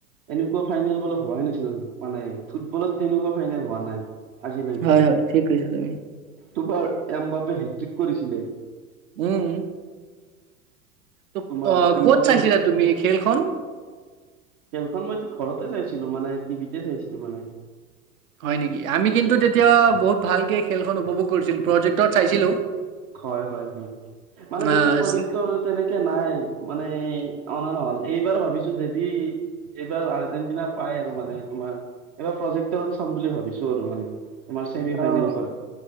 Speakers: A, on the right (about 30°); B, on the right (about 65°).
A: এনেকুৱা ফাইনেল বলে হো ভবাই নাছিল, মানে ফুটবলত তেনেকুৱা ফাইনেল হোৱা নাই। আজিলৈকে
B: হয়, হয় ঠিক কৈছা তুমি।
A: তোমাৰ এম বাপে হেট্ৰিক কৰিছিলে।
B: উম। ত
A: তোমাৰ
B: অ',
A: এমবাপে
B: ক'ত চাইছিলা
A: হেট
B: তুমি খেলখন?
A: খেলখন মই ঘৰতে চাইছিলো মানে টিভিতে চাইছিলো মানে।
B: হয় নেকি! আমি কিন্তু তেতিয়া বহুত ভালকে খেলখন উপভোগ কৰিছিলো প্ৰজেক্টত চাইছিলো।
A: হয়, হয়, হয়। মানে
B: আহ
A: তেতিয়া প্ৰজেক্টৰ তেনেকে নাই, মানে অনা নহল। এইবাৰ ভাবিছো যদি এইবাৰ আৰ্জেণ্টিনা পাই আৰু মানে তোমাৰ, এইবাৰ প্ৰজেক্টৰত চাম বুলি ভাবিছো আৰু মানে। তোমাৰ চছেমি
B: অ
A: ফাইনেল পৰা।